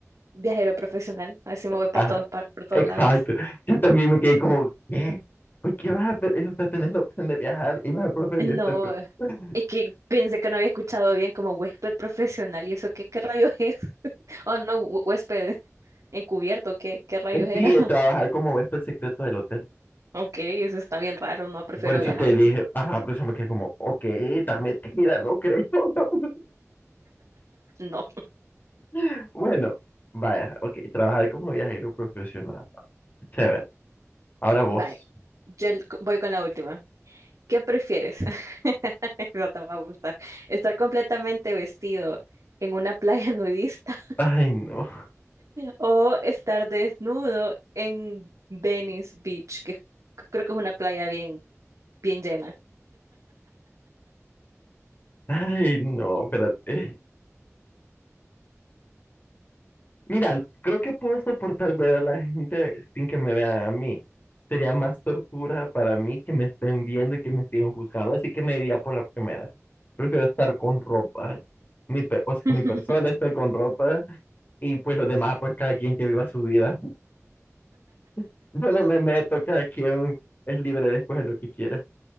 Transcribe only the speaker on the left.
Ajá,
exacto.
Yo también me quedé como, ¿qué? ¿Por qué vas a, pe- o sea, tenés la opción de viajar y vas a preferir
estar con...
Eh,
Sí, eh,
trabajar como huésped secreto del hotel.
Por eso
te dije, ajá, por eso me quedé como, ok, tan metida, no creo. <laughs>
<laughs> Bueno, vaya, ok, trabajar como viajero profesional. Chévere. Ahora vos.
Ay, no.
<laughs> Ay, no, espérate. Mira, creo que puedo soportar ver a la gente sin que me vean a mí. Sería más tortura para mí que me estén viendo y que me estén juzgando, así que me iría por la primera. Prefiero estar con ropa. Mi pe- o sea,
que mi persona esté con ropa y pues los demás, pues cada quien que viva su vida. <laughs> Yo no me meto, cada quien es libre de escoger lo que quiera.